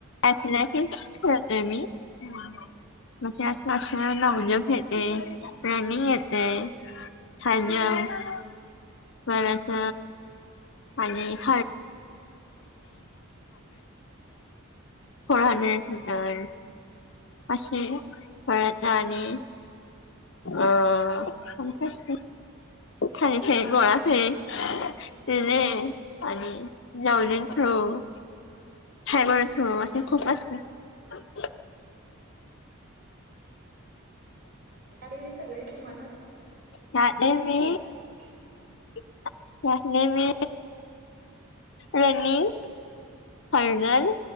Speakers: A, on the left; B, on the right.
A: अथलॅटिक्स खेळतोय मी, <unintelligible> मग त्यात <unintelligible> तय, प्राणी येतंय, <unintelligible> परत आणि <unintelligible> फोर हंड्रेड मीटर्स अशे खेळता आणि अ <unintelligible> थाळी फेक, गोळा फेक <unintelligible> आणि जाऊलिन थ्रो हो. हाय <unintelligible> थ्रो खूप असतात.
B: हे सगळे तुमालाच <unintelligible>
A: यातले
B: ता,
A: मी
B: भांडे <unintelligible> <inaudible>
A: <unintelligible> मी रनिंग हर्णल,